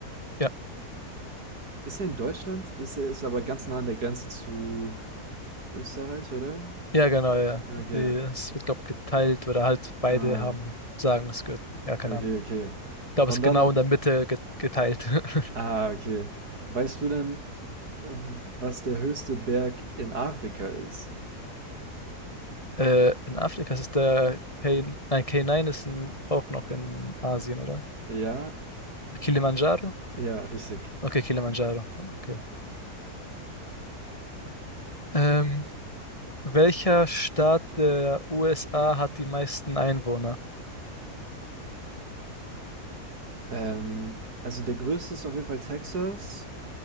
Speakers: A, on the left; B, on the right.
A: Ja,
B: Ist er in Deutschland? Ist er ist aber ganz nah an der Grenze zu Österreich, oder?
A: ja, genau, ja.
B: Okay.
A: Die- Es wird, glaube ich, geteilt oder halt beide
B: Ah,
A: haben, sagen, es gehört, ja, keine
B: okay,
A: Ahnung.
B: okay.
A: Ich glaube,
B: Und
A: es ist genau
B: dann,
A: in der Mitte get geteilt. <laughs>
B: ah, okay. Weißt du denn, w- was der höchste Berg in Afrika ist?
A: Äh, in Afrika ist es der K, nein, K9 ist in, auch noch in Asien, oder?
B: Ja,
A: Kilimanjaro?
B: ja, richtig.
A: Okay, Kilimanjaro. Okay. Ähm, Welcher Staat der USA hat die meisten Einwohner?
B: Ähm, also der größte ist auf jeden Fall Texas,